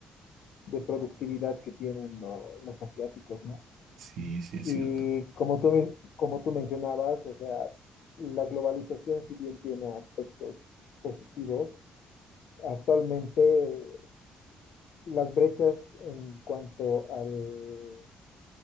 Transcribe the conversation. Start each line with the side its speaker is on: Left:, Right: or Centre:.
Left: de productividad que tienen lo- los asiáticos, ¿no?
Right: sí, sí, es
Left: Y
Right: cierto.
Left: como tú, men- como tú mencionabas, o sea, la globalización, si bien tiene aspectos positivos, Actualmente las brechas en cuanto al,